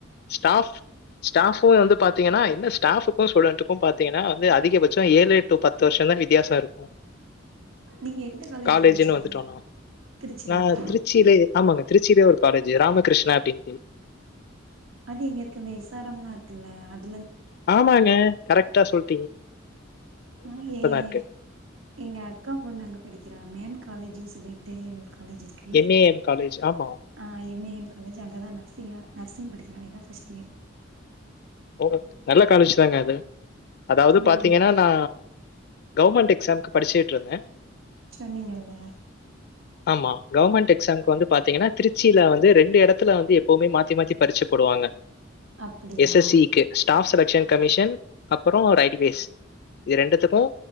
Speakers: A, on the left (about 55°); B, on the right (about 85°).
A: ஸ்டாப்-ஸ்டாப் இப்ப வந்து பாத்தீங்கனா என்ன ஸ்டாபுக்கு ஸ்டுடென்ட்க்கு பாத்தீங்கனா வந்து அதிகபட்சோ ஏழு எட்டு பத்து வருஷோதா வித்தியாசோ இருக்கு
B: நீங்க எந்த காலேஜ்ல
A: காலேஜ்ன்னு
B: படிச்சீங்க
A: வந்துட்டோனா
B: திருச்சிலயா
A: நா திருச்சியிலே ஆமாங்க திருச்சியிலயே ஒரு காலேஜ் ராமகிருஷ்ணா <unintelligible>
B: அது எங்க இருக்கு இந்த எஸ் ஆர் எம் லா இருக்குல்ல அது
A: ஆமாங்க கரெக் டா சொல்
B: ஆ ஏன்
A: இருக்கு.
B: எங்க அக்கா பொண்ணு அங்க படிக்கிறா மேம் காலேஜு சொல்லிட்டு காலேஜ் இருக்கு
A: எம்.ஏ.எம் காலேஜ். ஆமா.
B: ஆ எம் ஏ எம் காலேஜு அங்கதா நர்சிங்கா நர்சிங் படிக்கிறா இதா ஃபர்ஸ்ட் இயர்
A: ஓஹோ நல்ல காலேஜ் தாங்க அது அதாவது
B: ம்
A: பாத்தீங்கன்னா நா கவுர்மெண்ட் எக்ஸாம்க்கு படிச்சுட்ருந்தே
B: சொன்னீங்கல்ல
A: ஆமா கவர்மெண்ட் எக்ஸாம்க்கு வந்து பாத்தீங்கன்னா திருச்சியில வந்து ரெண்டு எடத்துல வந்து எப்பவுமே மாத்தி மாத்தி பரிச்ச போடுவாங்க
B: அப்பிடியா
A: எஸ்எஸ்சிக்கு ஸ்டாஃப் செலக்ஷன் கமிஷன் அப்புறோ ரயில்வேஸ் இது ரெண்டுத்துக்கு